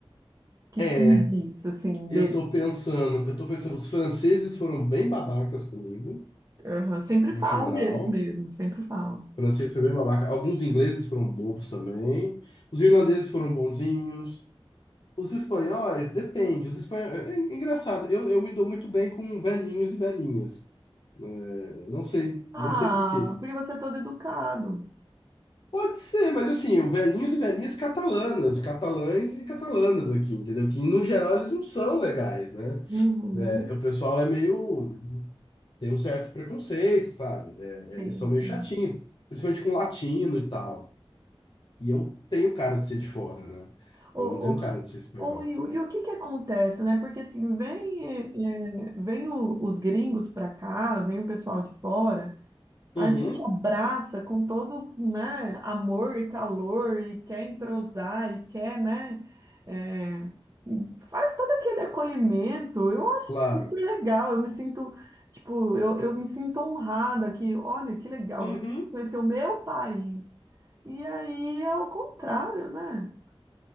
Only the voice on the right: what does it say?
que,
que você me diz, assim,
deles?
Aham, Sempre
falam
deles mesmo,
sempre falam.
Ah,
porque você é todo educado.
Uhum,
sim,
sim.
Ou,
ou,
ou, e, o e o que que acontece, né? Porque assim, vem, eh, eh, vem o- os gringos pra cá, vem o pessoal de fora. A
gente abraça com todo, né, amor e calor e quer entrosar e quer, né, é, faz todo aquele acolhimento. Eu acho
super legal. Eu me sinto, tipo, eu, eu me sinto honrada que, olha, que legal,
velho, conhecer o meu país. E aí é o contrário, né?